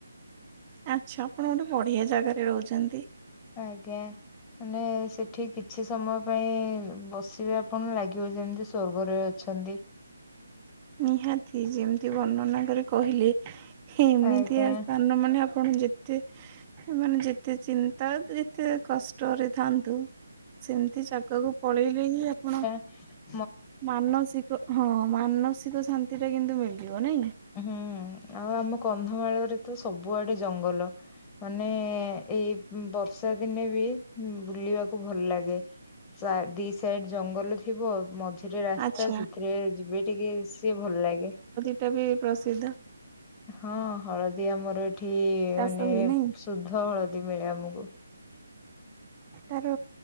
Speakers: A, on the right; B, on the left.
A: ଆଚ୍ଛା ଆପଣ ଗୋଟେ ବଢ଼ିଆ ଜାଗାରେ ରହୁଛନ୍ତି।
B: ଆଜ୍ଞ।। ମାନେ ସେଠି କିଛି ସମୟ ପାଇଁ ବସିବେ ଆପଣ ଲାଗିବ ଯେମିତି ସ୍ଵର୍ଗରେ ଅ ଛନ୍ତି
A: ନିହାତି ଯେମିତି ବର୍ଣ୍ଣନା କରି କହିଲେ ଏମିତିଆ
B: ଆଜ୍ଞା
A: ରାସ୍ତା। ଅନ୍ୟମାନେ ଆପଣ ଯେତେ ଏ ମାନେ ଯେତେ ଚିନ୍ତା ଯେତେ କଷ୍ଟରେ ଥାନ୍ତୁ ସେମତି ଜାଗାକୁ ପଳେଇଲେ ହିଁ ଆପଣ
B: ହେଇ ଲୋ।
A: ମାନସିକ ହଁ ମାନସିକ ଶାନ୍ତି ଟା କିନ୍ତୁ ମିଳିଯିବ ନାଇଁ କି।
B: ହଁ ଆଉ ଆମ କନ୍ଧମାଳରେ ତ ସବୁଆଡେ ଜଙ୍ଗଲ। ମାନେ ଏଇ ବର୍ଷା ଦିନେ ବି ବୁଲିବାକୁ ଭଲ ଲାଗେ। ଚା ଦି ସାଇଡ୍ ଜଙ୍ଗଲ ଅଛି। ଥିବ ମଝିରେ ରାସ୍ତା
A: ଆଚ୍ଛା
B: ସେଥିରେ ଯିବେ ଟିକେ ସିଏ ଭଲ ଲାଗେ।
A: ଏଟା ବି ପ୍ରସିଦ୍ଧ।
B: ହଁ ହଳଦୀ ଆମର ଏଠି ମାନେ
A: ଚାଷ ହୁଏ ନାହିଁ
B: ଶୁଦ୍ଧ ହଳଦୀ ମିଳେ ଆମକୁ।
A: ତାର